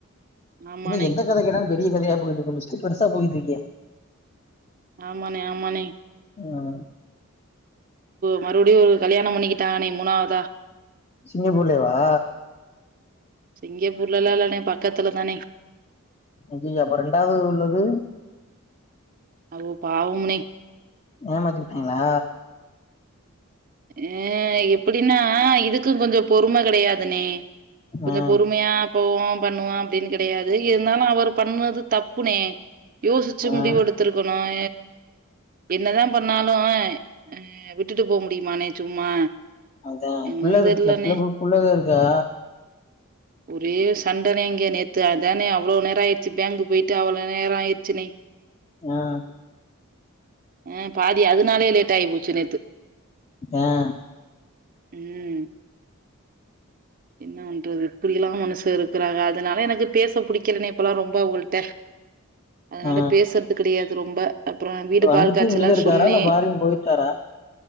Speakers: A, on the right (about 40°); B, on the left (about 30°).
A: ஆமாண்ணே,
B: இன்ன எந்த கதை கேட்டாலு பெரிய கதையா போயிட்டு இருக்கு லிஸ்ட் பெருசா போயிட்டு இருக்கே
A: ஆமானே ஆமானே
B: உஹ்
A: மறுபடியும் ஒரு கல்யாணம் பண்ணிக்கிட்டாங்கனே மூணாவதா
B: சிங்கப்பூர்லேயேவா
A: சிங்கப்பூர்லலாம் இல்லன்னே பக்கத்துல தானே
B: அய்யய்ய அப்போ ரெண்டாவது உள்ளது
A: அவு பாவம்னே
B: ஏமாத்தி புட்டீங்களா
A: அஹ எப்படின்னா இதுக்கும் கொஞ்சம் பொறுமை கிடையாதுனே கொஞ்சம்
B: ம்
A: பொறுமையா போவோம் பண்ணுவோம் அப்படின்னு க கிடையாது இருந்தாலும் அவர் பண்ணது தப்புனே யோசிச்சு
B: ஆ
A: முடிவு எடுத்திருக்கணும் என்னதான் பண்ணாலும் அஹ் விட்டுட்டு போக முடியுமானே சும்மா
B: அதான்
A: என்னன்னு
B: பிள்ள இருக்குல்ல
A: தெரியலண்ணே!
B: பிள்ளைக்கு புள்ளைளா இருக்கா
A: ஒரே சண்டனே இங்க நேத்து அதானே அவ்வளவு நேரம் ஆயிடுச்சு பேங்கு போயிட்டு அவ்வளவு நேரம் ஆயிச்சுனே
B: ஆஹ்
A: ஹ் பாதி அதனாலே லேட்டாகி போச்சு நேத்து
B: ஆஹ்
A: உம் என்ன பண்றது இப்படி எல்லாம் மனுச இருக்கறாங்க அதனால எனக்கு பேச புடிக்கலனே இப்பல்லாம் ரொம்ப அவங்கள்ட்ட அதனால
B: ஆ
A: பேசுறது கெடயாது ரொம்ப அப்பறம் வீடு
B: வந்துட்டு
A: பால் காய்ச்ச
B: இங்கதா
A: எல்லாம்
B: இருக்காரா
A: சொன்னே
B: இல்ல ஃபாரின் போயிட்டாரா